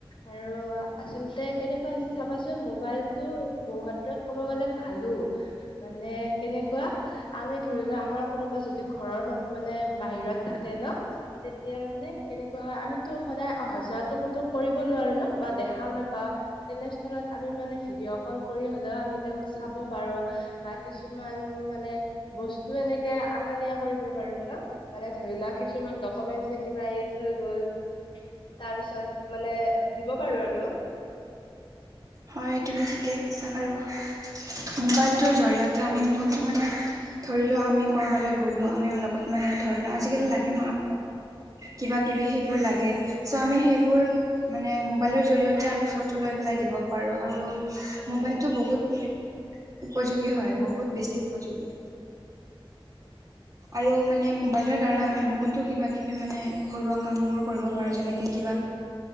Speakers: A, on the left; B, on the right.
A: আৰু আচলতে কেনেকুৱা হৈছে চাবাচোন, মোবাইলতটো বহুত ক'ব গ'লে ভালো। মানে কেনেকুৱা, আমি ধৰি লোৱা, আমাৰ কোনোবা যদি ঘৰৰ মানুহ মানে বাহিৰত থাকে ন'। তেতিয়া মানে, কেনেকুৱা হয়, আমিতো সদায় অহা যোৱাতো কতো কৰিব নোৱাৰো ন', বা দেখাও নাপাওঁ। তেনেস্থলত আমি মানে ভিডিঅ' কল কৰি হলেও, আমি তেওঁক চাব পাৰো। বা কিছুমান মানে, বস্তু এনেকে অনা নিয়া কৰিব পাৰো ন'। মানে ধৰি লোৱা, কিছুমান ডকুমেন্ট কিবা এৰি থৈ গ'ল। তাৰ পিছত মানে, দিব পাৰো আৰু।
B: হয়, তুমি ঠিকেই কৈছা। আৰু মোবাইলটোৰ জৰিয়তে, আমি বহুতো মানে ধৰিলো আমি কৰ'বালৈ গ'লো, আমি লগত মানে ধৰি
A: হয়
B: লোৱা, আজিকালি
A: হয়
B: লাগে নহ। কিবা কিবি সেইবোৰ লাগে। চ' আমি সেইবোৰ মানে, মবাইলৰ জৰিয়তে, আমি ফটো লৈ পেলাই দিব প পাৰো আৰু মোবাইলতটো
A: হয় হয় হয়
B: বহুত, উপযোগী হয়, বহুত বেছি উপযোগী। আৰু মানে মোবাইলৰ দ্বাৰা আমি বহুতো কিবা কিবি মানে, ঘৰুৱা কাম বোৰ কৰিব
A: হয়
B: পাৰো
A: বাইদেউ
B: যেনেকে কিবা,